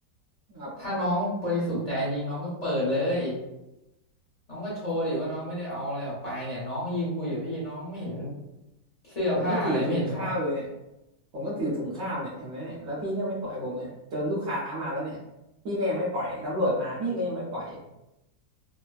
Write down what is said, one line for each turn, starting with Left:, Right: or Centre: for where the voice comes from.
Right: ครับ
Left: ถ้าน้องบริสุทธิ์ใจจริงน้องก็เปิดเลยน้องก็โชว์ดิว่าน้องไม่ได้เอาอะไรออกไปเนี่ยน้องยืนคุยกับพี่น้องไม่เห็นเสื้อผ้าอะไรไม่เห็นถอด
Right: ผมก็ถือถุงข้าวอยู่เนี่ยผมก็ถือถุงข้าวเนี่ยเห็นไหมเนี่ยแล้วพี่ก็ไม่ปล่อยผมเนี่ยจนลูกค้ามาแล้วเนี่ยพี่ก็ยังไม่ปล่อยตำรวจมาพี่ก็ยังไม่ปล่อย